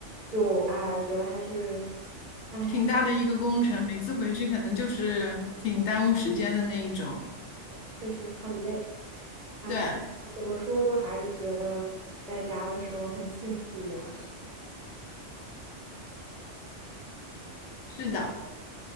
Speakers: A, on the right (about 40°); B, on the left (about 70°).
A: 就哎，觉得还是，哎，
B: 挺大的一个工程，每次回去可能就是挺耽误时间的那一种。
A: 确实很累，哎，
B: 对，
A: 怎么说都还是觉得在家的时候很幸福呀。
B: 是的，